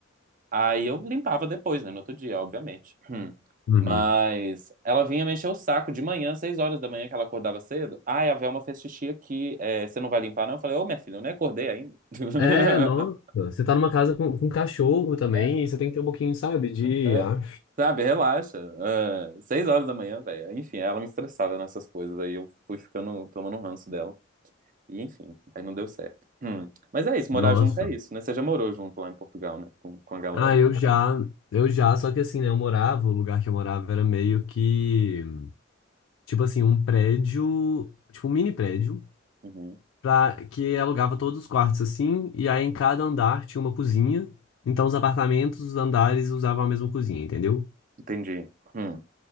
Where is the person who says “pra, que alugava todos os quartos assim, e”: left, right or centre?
Left